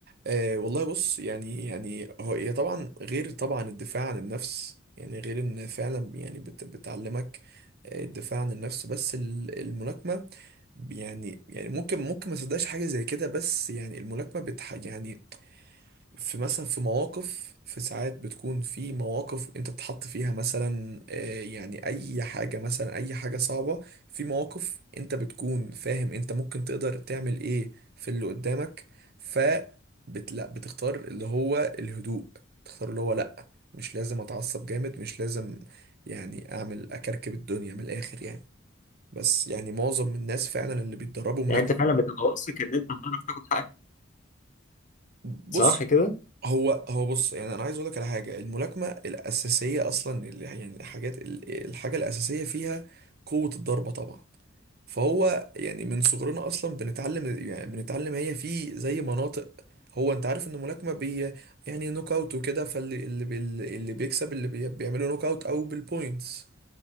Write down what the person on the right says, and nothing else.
أه والله بص يعني يعني هو هي طبعا غير طبعا الدفاع عن النفس يعني غير ان فعلا يعني بت بتعلمك آه، الدفاع عن النفس بس ال- الملاكمة يعني يعني ممكن ممكن ما تصدقش حاجة زي كده بس يعني الملاكمة بتح يعني في مثلا في مواقف في ساعات بتكون في مواقف انت بتحط فيها مثلا آه، يعني اي حاجة مثلا اي حاجة صعبة في مواقف انت بتكون فاهم انت ممكن تقدر تعمل ايه في اللي قدامك ف بت- لا بتختار اللي هو الهدوء تختار اللي هو لا مش لازم اتعصب جامد مش لازم يعني اعمل اكركب الدنيا من الاخر يعني بس يعني معظم الناس فعلا اللي بيتدربوا ملاكمة
بص
هو هو بص يعني انا عايز اقول لك على حاجه الملاكمه الاساسيه اصلا اللي يعني الحاجات ال- الحاجه الاساسيه فيها قوه الضربه طبعا فهو يعني من صغرنا اصلا بنتعلم يعني بنتعلم هي في زي مناطق هو انت عارف ان الملاكمه بي يعني نوك اوت وكده فاللي اللي بي اللي بيكسب اللي بي بيعمله نوك اوت او بالبوينتس